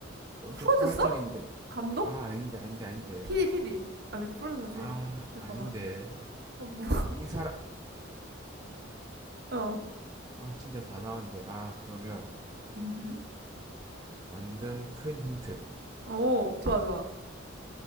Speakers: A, on the right; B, on the right.
A: 너무
B: 프로듀서?
A: 좀 포괄적인데.
B: 감독?
A: 아 아닌데 아닌데 아닌데.
B: PD, PD. 아, 그 프로듀서지.
A: 아
B: 잠깐만.
A: 아닌데
B: 어, 뭐.
A: 이 사람
B: 어. <laughs>
A: 아 진짜 다 나왔는데 아 그러면
B: 음, 음.
A: 완전 큰 힌트
B: 오, 좋아, 좋아.